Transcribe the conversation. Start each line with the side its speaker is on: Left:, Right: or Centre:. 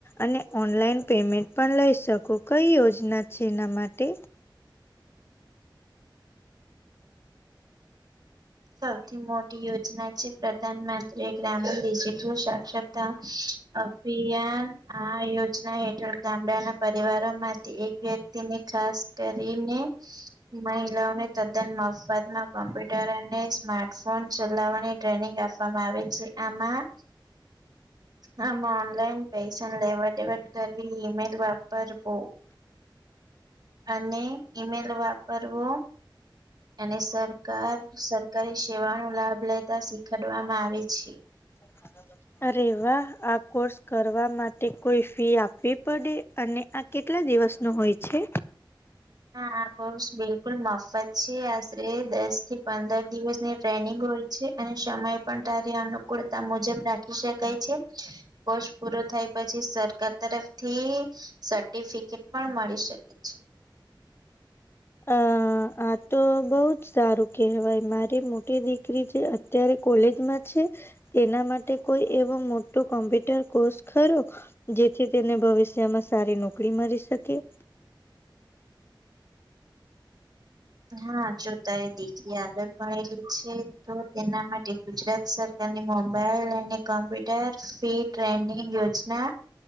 Left: અને ઓનલાઈન પેમેન્ટ પણ લઈ શકો કઈ યોજના છે એના માટે
Right: સૌથી મોટી યોજના છે પ્રધાનમંત્રી ગ્રામીણ ડિજટલ સાક્ષર અભિયાન આ યોજના હેઠળ ગામડાના પરિવારો માંથી એક વ્યક્તિને ખાસ કરીને મહિલાઓને તદ્દન મફતમાં કોમ્પ્યુટર સ્માર્ટફોન ચલાવવાની ટ્રેનિંગ આપવામાં આવે છે આમાં હામાં ઓનલાઈન પૈસા લેવ દેવડ કરવી ઈમેલ વાપરવો અને ઈમેલ વાપરવો અને સરકાર સર સેવા નો લાભ લેતા શીખડવામાં આવે છે.
Left: રાબ <unintelligible> અરે વાહ આ કોર્સ કરવા માટે કોઈ ફી આપવી પડે અને કેટલા દિવસ નો હોય છે
Right: હા આ કોર્સ બિલકુલ મફત છે આશરે દસ થી પંદર દિવસ ની ટ્રેનિંગ હોય છે અને સમય પણ તારી અનુકૂળતા મુજબ રાખી શકાય છે. કોર્ષ પૂરો થાય પછી સરકાર તરફથી સર્ટિફિકેટ પણ મળી શકે અછ
Left: અ આ તો બહુ જ સારું કેહેવાય મારી મોટી દીકરી જે અત્યારે કોલેજમાં છે તેના માટે કોઈ એવો મોટો કોમ્પ્યુટર કોર્સ ખરો જેથી તેને ભવિષ્યમાં સારી નોકરી મળી શકે
Right: હા જો તારી દીકરી આગળ ભણેલી છે તો તેના માટે ગુજરાત સરકાર ની મોબાઈલ અને કોમ્પ્યુટર ફી ટ્રેનિંગ યોજના